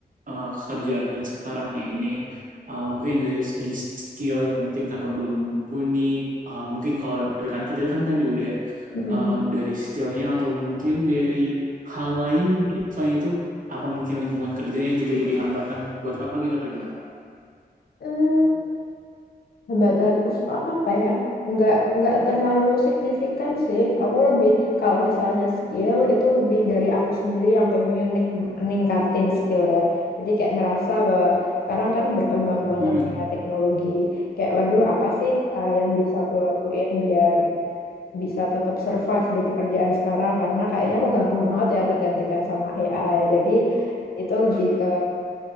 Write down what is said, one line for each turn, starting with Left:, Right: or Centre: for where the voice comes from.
Right: eh, kerjaan sekarang ini? Eh, mungkin dari segi skill yang mungkin Kakak belum mumpuni, Eh, mungkin kalau dari rekan kerja kan tadi udah ya,
Left: Mm-mm.
Right: Eh, dari skillnya atau mungkin dari hal lain mungkin selain itu, apa mungkin lingkungan kerjanya juga jadi hambatan buat Kakak gitu atau gimana?
Left: Hmm, Hambatanku suka apa ya? Nggak, nggak terlalu signifikan sih. Aku lebih, kalau misalnya skill, itu lebih dari aku sendiri yang pengen nik- ningkatin skill ya. Jadi kayak ngerasa bahwa sekarang kan berkembang banget
Right: Hmm,
Left: nih ya teknologi. Kayak waduh apa sih uh, yang bisa aku lakuin biar bisa tetap survive di pekerjaan sekarang. Karena kayaknya aku gampang banget ya tergantikan sama AI. Jadi itu lebih ke